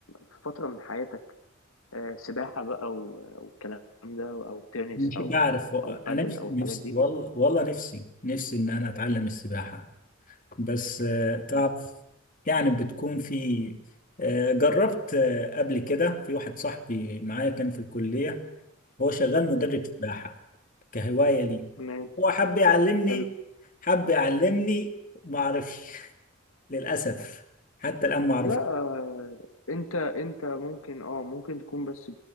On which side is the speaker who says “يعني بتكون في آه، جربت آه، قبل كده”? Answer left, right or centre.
Left